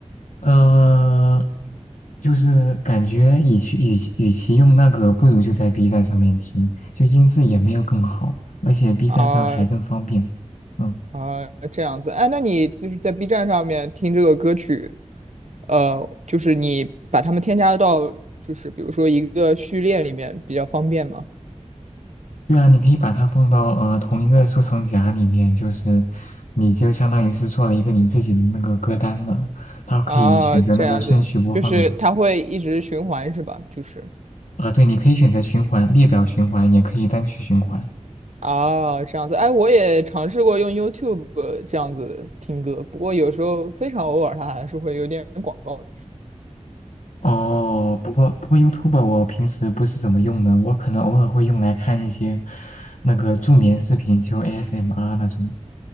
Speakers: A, on the left (about 85°); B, on the right (about 65°).
A: 呃，就是感觉与其与其与其用那个，不如就在 B 站上面听，就音质也没有更好，而且 B
B: 啊，
A: 站上还更方便。嗯，
B: 啊，这样子，哎，那你就是在 B 站上面听这个歌曲，呃，就是你把它们添加到，就是比如说一个序列里面比较方便吗？
A: 对啊，你可以把它放到呃同一个收藏夹里面，就是你就相当于是做了一个你自己的那个歌单了，它可以选择那个顺序播放的。
B: 啊，这样子，就是它会一直循环是吧？就是
A: 呃，对，你可以选择循环、列表循环，也可以单曲循环。
B: 啊，这样子，哎，我也尝试过用 YouTube 这样子听歌，不过有时候非常偶尔，它还是会有点广告，就是
A: 哦，不过不过 YouTube 我平时不是怎么用的，我可能偶尔会用来看一些那个助眠视频，就 ASMR 那种。